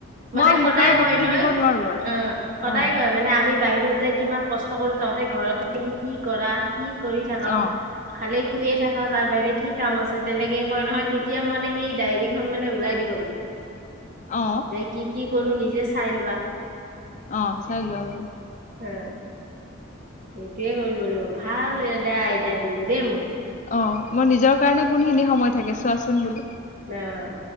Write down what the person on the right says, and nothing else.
মানে
সদায়
কয় নহয়
আহ সদ সদাই
কয় মানে আমি। বাহিৰত যাই কিমান কষ্ট কৰো তহতে ঘৰত থাকি কি কৰা কি কৰি থাক
খালে। শুয়ে থাকা তাৰ বাহিৰে কি কাম আছে তেনেকৈ কয় নহয় তেতিয়া মানে সেই ডায়েৰীখন মানে ওলাই দিব লাগিব
তে কি কি কৰো নিজে চাই লোৱা।
উম এইটোৱে কৰিব লাগিব ভাল এটা আইডা দিলে দেই মোক
অ',